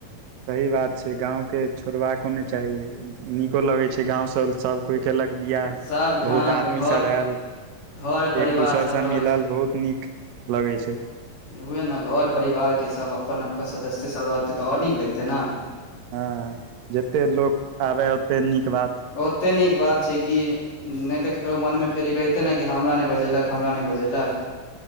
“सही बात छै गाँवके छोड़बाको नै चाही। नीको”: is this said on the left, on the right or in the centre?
Right